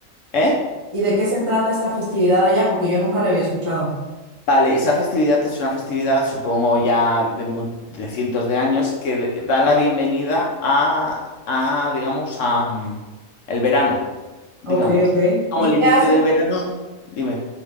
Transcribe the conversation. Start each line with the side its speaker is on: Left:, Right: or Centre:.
Left: ¿Eh?
Right: ¿Y de qué se trata esta festividad allá? Porque yo nunca la había escuchado.
Left: Vale, esa festividad es una festividad, supongo, ya de, mu- de cientos de años, que de- da la bienvenida a, a, digamos, a mm, el verano, digamos.
Right: Ok, ok.
Left: Como
Right: ¿Y
Left: el inicio
Right: qué hacen?
Left: del verano, dime.